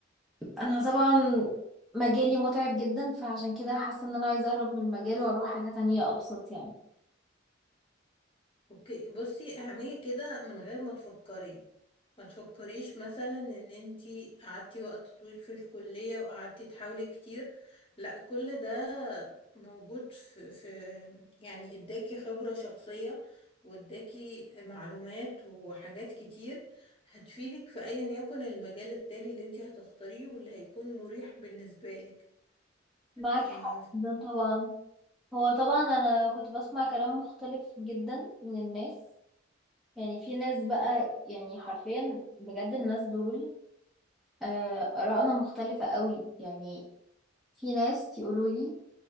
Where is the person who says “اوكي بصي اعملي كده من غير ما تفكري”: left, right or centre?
Left